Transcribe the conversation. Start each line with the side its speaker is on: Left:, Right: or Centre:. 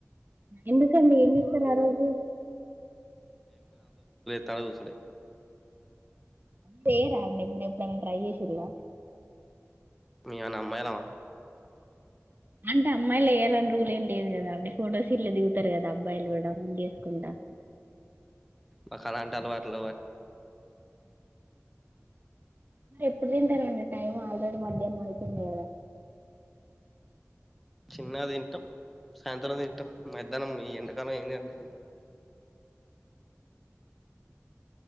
Right: ఎందుకండి ఏం చేస్తారు, ఆ రోజు.
Centre: తల దూసుడె
Right: తేడా అండి మీకు ఎప్పుడైనా ట్రై చేసారా
Centre: మీ అన్న అమ్మాయిలా
Right: అంటే అమ్మాయిలు వేయాలని రూలు ఏం లేదు కదా అండి. ఫోటో షూట్లో దిగుతారు కదా అబ్బాయిలు కూడా. ముగ్గేసుకుంటా
Centre: మకల అంటే నవ్వండి
Right: మరి ఎప్పుడు తింటారండి. టైం ఆల్రెడీ మధ్యాహ్నం అయితుంది కద.
Centre: చిన్న తింటం సాయంత్రం తింటాం మధ్యాహ్నం ఈ ఎండకాలం ఏం తినబుద్ అయితది